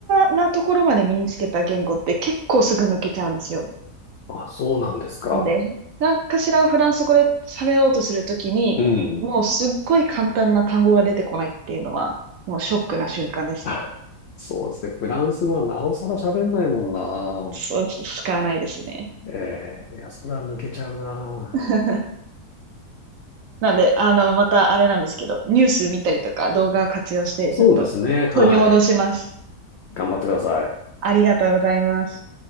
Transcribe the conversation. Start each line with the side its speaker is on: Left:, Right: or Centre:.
Right: なところまで身につけた言語って結構すぐ抜けちゃうんですよ。
Left: あ、そうなんですか。
Right: なんで、何かしらをフランス語で喋ろうとするときに、
Left: うん。
Right: もうすっごい簡単な単語が出てこないっていうのは、もうショックな瞬間ですね。
Left: <laughs> そうですね。フランス語はなおさら喋んないもん
Right: そう、
Left: な。
Right: 使わないですね。
Left: ええいや、それは抜けちゃうな。
Right: <laughs> なんで、あの、またあれなんですけど、ニュース見たりとか動画を活用して、
Left: そうですね。
Right: ちょっと取り戻します。
Left: はい。頑張ってください。
Right: ありがとうございます。